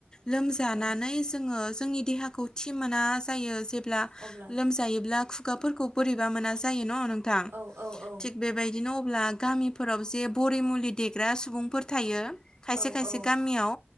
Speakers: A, on the left; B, on the right.
A: लोमजानानै
B: औ
A: जोंङो जोंनि देहाखौ थि मोना जायो जेब्ला
B: अब्ला
A: लोमजा जायोब्ला खुगाफोरखौ बोरैबा मोना जायो न' नोंथां
B: औ औ औ औ
A: थिग बेबायदिनो अब्ला गामिफोराव जे बरि मुलि देग्रा सुबुंफोर थायो खायसे
B: औ
A: खायसे गामियाव